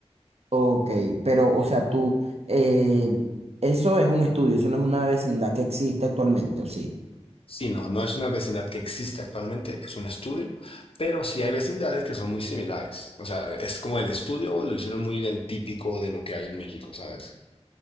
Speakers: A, on the right (about 65°); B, on the left (about 55°).
A: Ok, pero o sea, tú, eh, eso es un estudio, eso no es una vecindad que existe actualmente, ¿o sí?
B: Sí, no, no es una vecindad que existe actualmente, es un estudio, pero sí hay vecindades que son muy similares. O sea, es como el estudio lo hicieron muy del típico de lo que hay en México, ¿sabes?